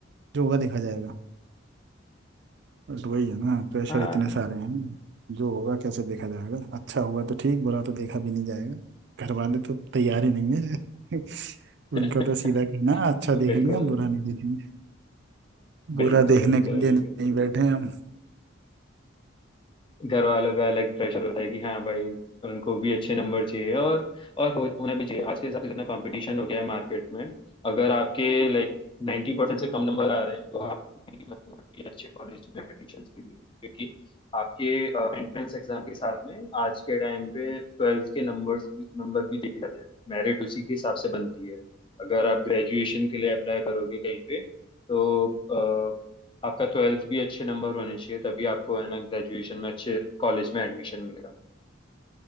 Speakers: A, on the right (about 60°); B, on the left (about 25°).
A: जो होगा देखा जाएगा बस वही है ना प्रेशर
B: हाँ
A: इतने सारे हैं जो होगा कैसे देखा जाएगा अच्छा हुआ तो ठीक बुरा तो देखा भी नहीं जाएगा घर वाले तो तैयार ही नहीं है <laughs> उनका
B: <laughs>
A: तो सीधा कहना है, अच्छा
B: बिल्कुल
A: देखेंगे
B: बिल्कुल
A: हम बुरा नहीं देखेंगे बुरा
B: बिल्कुल
A: देखने
B: बिल्कुल
A: के लिए नहीं बैठे हैं हम
B: घर वालों का अलग प्रेशर होता है कि हाँ भाई उनको भी अच्छे नंबर चाहिए और और हो, होना भी चाहिए आज के हिसाब से जितना कंपटीशन हो गया है मार्केट में अगर आपके लाइक नाइन्टी परसेंट से कम नंबर आ रहे हैं तो आप भी मतलब कि अच्छे कॉलेज में एडमिशन के लिए क्योंकि आपके एंट्रेंस एग्जाम के साथ में आज के टाइम पे ट्वेल्थ के नंबर्स नंबर भी देखे जाते हैं मेरिट उसी के हिसाब से बनती है अगर आप ग्रेजुएशन के लिए अप्लाई करोगे कहीं पे तो आपका ट्वेल्थ भी अच्छे नंबर होने चाहिए तभी आपको है ना ग्रेजुएशन में अच्छे कॉलेज में एडमिशन मिलेगा